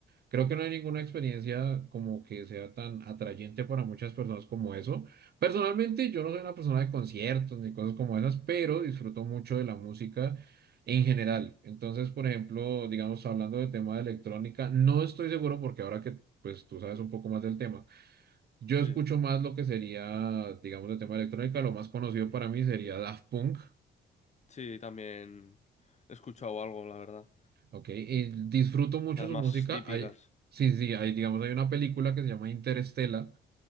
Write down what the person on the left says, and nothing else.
Sí,
sí, también he escuchado algo, la verdad.
Las
más
típicas.